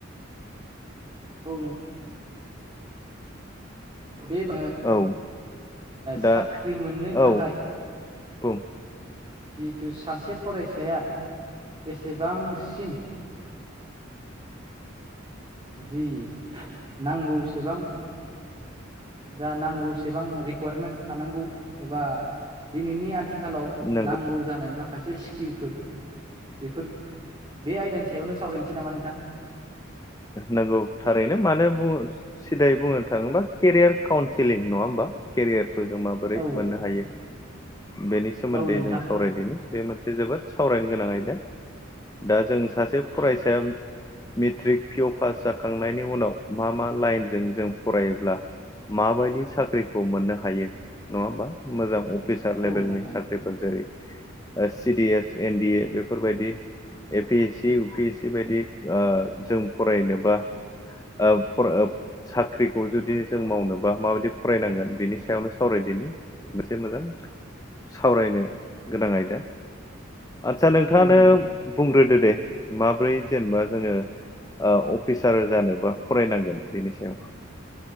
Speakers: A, on the right; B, on the left.
A: औ। बे
B: औ
A: साख्रि
B: दा
A: मोननो
B: औ
A: थाखाय
B: बुं।
A: जिहेथु सासे फरायसाया बेसेबांसिम जि नांगौसेबां जा नांगौसेबां रिकुवारमेन्टस थानांगौ एबा दिनैनि आथिखालाव
B: नंगौ
A: नांगौ जानाय माखासे स्किलफोर बेफोर बे आयदानि सायावनो सावरायनोसै नामा नोंथां।
B: नांगौ थारैनो मानो बुङो सिदाय बुंनो थाङोबा केरियार काउन्सिलिं नङा होमबा केरेयार जों माबोरै
A: औ
B: मोननो हायो बेनि सोमोन्दै
A: औ नोंथां
B: जों सावरायनि बे मोनसे जोबोद सावरायनो गोनां आयदा जों सासे फरायसाया मेट्रिक पिअ पास जाखांनायनि उनाव मा मा लाइनजों जों फरायोब्ला माबायदि साख्रिखौ मोननो हायो नङा होमबा मोजां अफिसार लेभेलनि
A: औ नोंथां
B: साख्रिफोर जेरै C D S N D A बेफोरबायदि A P S C U P S C बायदि जों फरायनोबा ओब साख्रिखौ जुदि जों मावनो बा माबायदि फरायनांगोन बिनि सायावनो सावरायदिनि मोनसे मोजां। सावरायनो गोनां आयदा। आदसा नोंथाङानो
A: औ नोंथां
B: बुंग्रोदो दे माब्रै जेनेबा जोङो अफिसार जानोबा फरायनांगोन बेनि सायाव।